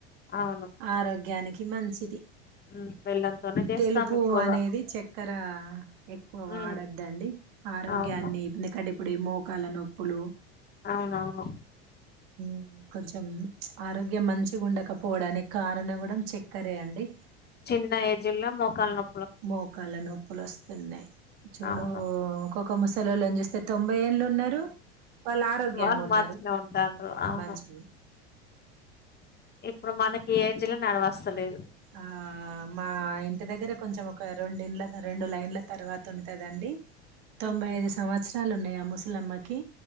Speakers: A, on the left; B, on the right.
A: అవును
B: ఆరోగ్యానికి ఇ మంచిది
A: మ్మ్ బెల్లంతోనే చేస్తాం
B: తెలుపు
A: ఎక్కువగా
B: అనేది చక్కెర ఎక్కువ వాడద్దండి
A: మ్మ్
B: ఆరోగ్యాన్ని
A: అవును
B: అడప్పుడు ఈ మోకాల నొప్పులు
A: అవునవును
B: మ్ కొంచెం ఆరోగ్యం మంచిగా ఉండకపోవడానికి కారణం కూడా చక్కరే అండి.
A: చిన్న ఏజ్ లో మోకాలు నో
B: మోకళ్ల నొప్పులు వస్తున్నాయి చూడు
A: అవును
B: ఒక్కొక్క ముస్ సలలుని చూస్తే తొంభై ఏళ్లు ఉన్నారు వాళ్ళు ఆరోగ్యంగా
A: వాళ్ళు
B: ఉన్నారు
A: మంచినే ఉంటాండ్రు అవును
B: మంచి
A: ఇప్పుడు మనకి ఏజ్లో నడవస్తలేదు
B: ఆ మా ఇంటి దగ్గర కొంచెం ఒక రెండుంల రెండు లైన్ల తర్వాత ఉంటదండి తొంభై
A: ఉహు
B: యిదు సంవత్సరాలు ఉన్నాయా ము ఇలమ్మకి